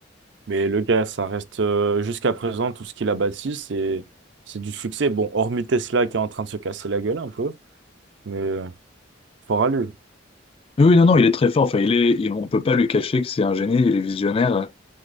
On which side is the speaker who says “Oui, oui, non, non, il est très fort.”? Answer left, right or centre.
Left